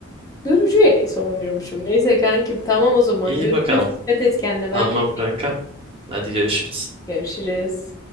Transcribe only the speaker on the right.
İyi
bakalım.
Tamam
kanka. Hadi görüşürüz.